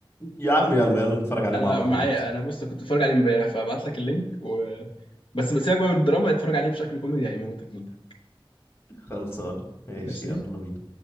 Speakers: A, on the left; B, on the left.
A: يا عم يلا يلا نتفرج عليه
B: انا
A: مع بعض
B: معايا
A: دلوقتي
B: انا بص كنت بتفرج عليه امبارح فابعت لك اللينك و... بس سيبك بقى من الدراما اتفرج عليه بشكل كوميدي هيموتك من ده
A: خلصان ماشي
B: ماشي
A: يلا بينا